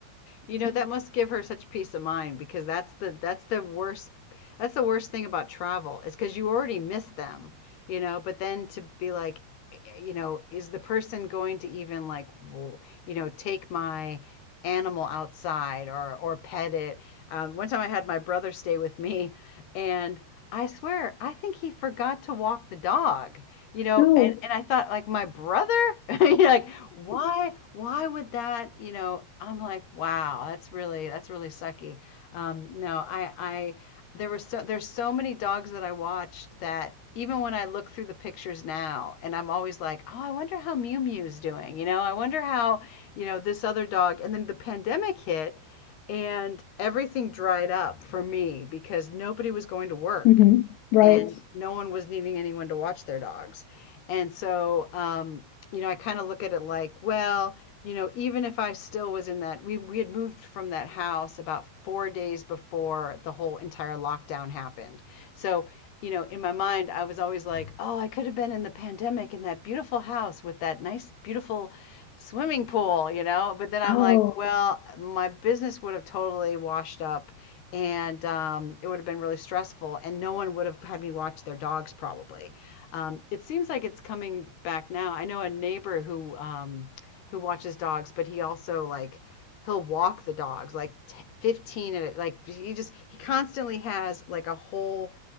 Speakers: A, on the left (about 65°); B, on the left (about 80°).
A: You
B: So,
A: know, that must give her such peace of mind because that's the that's the worst that's the worst thing about travel is because you already miss them, you know, but then to be like, you know, is the person going to even like, w- you know, take my animal outside or or pet it? Um, one time I had my brother stay with me, and I swear, I think he forgot to walk the dog you know
B: no.
A: and and
B: <laughs>
A: i thought like my brother <laughs> you know, like why why would that you know i'm like wow that's really that's really sucky um no i i there were so there's so many dogs that i watched that even when i look through the pictures now and i'm always like oh i wonder how mew mew's doing you know i wonder how you know this other dog and then the pandemic hit and everything dried up for me because nobody was going to work
B: Mhm, right.
A: and no one was needing anyone to watch their dogs. And so, um, you know, I kind of look at it like, well, you know, even if I still was in that, we, we had moved from that house about four days before the whole entire lockdown happened. So, you know, in my mind, I was always like, oh, I could have been in the pandemic in that beautiful house with that nice, beautiful swimming pool, you know? But then I'm
B: Oh,
A: like, well, my business would have totally washed up and um, it would have been really stressful, and no one would have had me watch their dogs probably. Um, it seems like it's coming back now. I know a neighbor who um, who watches dogs, but he also like he'll walk the dogs like 15 like he just he constantly has like a whole